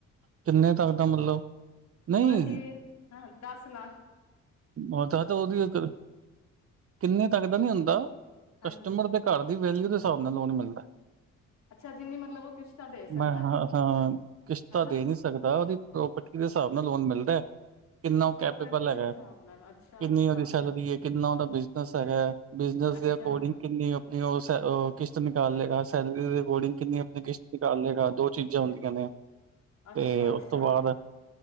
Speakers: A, on the right (about 50°); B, on the left (about 65°).
A: ਕਿਨੇ ਤੱਕ ਦਾ ਮਤਲਵ ਨਈ
B: ਮਤਲਬ ਕਿ ਹਾਂ ਦਸ ਲ
A: ਮ ਤਾਂ ਤਾਂ ਓਦੀ ਇਕ ਕਿੰਨੇ ਤੱਕ ਦਾ ਨੀ ਹੁੰਦਾ,
B: ਹਾਂਜੀ
A: ਕਸਟਮਰ ਦੇ ਘਰ ਦੀ ਵੈਲੀਊ ਦੇ ਸਾਬ ਨਾਲ ਲੋਨ ਮਿਲਦਾ।
B: ਅੱਛਾ ਜਿੰਨੀ ਮਤਲਬ ਉਹ ਕਿਸ਼ਤਾਂ ਦੇ ਸਕਦਾ
A: ਮੈਂ ਹ ਹਾਂ, ਕਿਸ਼ਤਾ
B: ਹਨਾ
A: ਦੇ ਨੀ ਸਕਦਾ ਓਦੀ ਪ੍ਰੋਪਰਟੀ ਦੇ ਸਾਬ ਨਾਲ ਲੋਨ ਮਿਲਦਾ ਐ ਕਿਨਾ
B: ਅੱਛਾ
A: ਓ
B: ਪ੍ਰੋਪਰਟੀ
A: ਕੈਪੇਬਲ ਕਲੈਗਾ
B: ਦੇ ਹਿਸਾਬ
A: ਐ,
B: ਨਾਲ ਅੱਛਾ
A: ਕਿਨੀ
B: ਅੱਛਾ
A: ਓਦੀ ਸੈਲਰੀ ਏ, ਕਿਨਾ ਓਦਾ ਬਿਜਨਸ ਹੈਗਾ ਐ ਬਿਜਨਸ
B: ਅੱਛਾ
A: ਦੇ ਅਕੋਡਿੰਗ ਕਿੰਨੀ ਅਪਨੀ ਓ ਸੈ ਓ ਕਿਸ਼ਤ ਨਿਕਾਲ ਲੇਗਾ ਸੈਲਰੀ ਦੇ ਅਕੋਡਿੰਗ ਕਿੰਨੀ ਆਪਣੀ ਕਿਸ਼ਤ ਨੀਕਾਲੇਗਾ ਦੋ ਚੀਜ਼ਾਂ ਹੁੰਦੀਆਂ ਨੇ।
B: <inaudible>
A: ਤੇ
B: ਅੱਛਾ
A: ਓਤੋਂ ਬਾਦ,